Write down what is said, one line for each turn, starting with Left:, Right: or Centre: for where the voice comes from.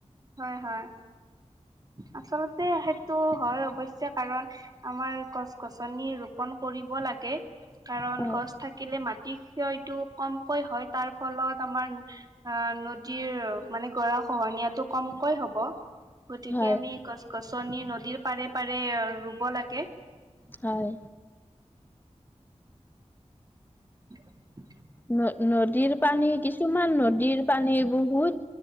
Right: হয় হয়। আচলতে সেইটো হয় অৱশ্যে কাৰণ, আমাৰ গছ-গছনি ৰোপন কৰি ব লাগে, কাৰণ
Left: হয়
Right: গছ থাকিলে মাটি ক্ষয় টো কমকৈ হয়, তাৰ ফলত আমাৰ, আ', নদীৰ মানে গৰা খহনীয়াটো কমকৈ হ'ব।
Left: হয়
Right: তাকে আমি গছ-গছনি নদীৰ পাৰে পাৰে ৰুব লাগে।
Left: হয়।
Right: <inaudible>
Left: ন নদীৰ পানী, কিছুমান নদীৰ পানী বহুত,